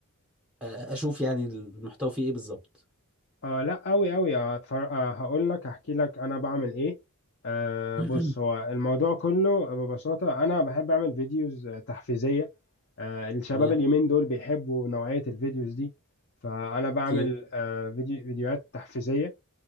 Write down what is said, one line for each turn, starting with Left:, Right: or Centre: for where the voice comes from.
Centre: آه، اشوف يعني المحتوى فيه ايه بالظبط
Left: آه لا قوي قوي آه هقول لك هحكي لك انا بعمل ايه آه
Centre: <clears throat>
Left: بص هو الموضوع كله ببساطة انا بحب اعمل فيديوز آه، تحفيزية آه الشباب
Centre: تمام
Left: اليومين دول بيحبوا نوعية الفيديوز دي فانا بعمل
Centre: اوكي
Left: آه فيديو فيديوهات تحفيزية